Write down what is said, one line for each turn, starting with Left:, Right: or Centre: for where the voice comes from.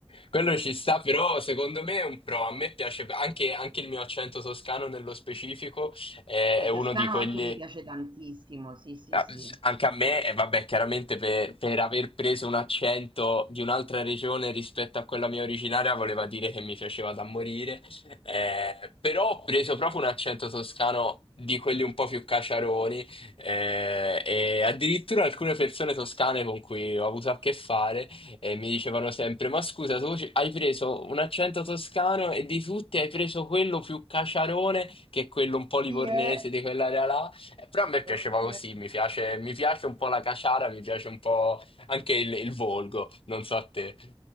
Left: quello ci sta, però secondo me è un pro. A me piace anche, anche il mio accento toscano nello specifico, è,
Right: il
Left: è uno
Right: toscano
Left: di quelli
Right: anche mi piace tantissimo, sì, sì,
Left: Ah,
Right: sì.
Left: Anche a me, e vabbè, chiaramente per, per aver preso un accento di un'altra regione rispetto a quella mia originaria voleva dire che mi piaceva da morire, eh, però ho preso proprio un accento toscano di quelli un po' più caciaroni eh, e addirittura alcune persone toscane con cui ho avuto a che fare eh, mi dicevano sempre: Ma scusa, tu ci- hai preso un accento toscano e di tutti hai preso quello più caciarone che è quello un po'
Right: Sì,
Left: livornese
Right: eh,
Left: di quell'area là. Eh, Però a me piaceva
Right: ok.
Left: così, mi piace, mi piace un po' la caciara, mi piace un po' anche il, il volgo, non so a te.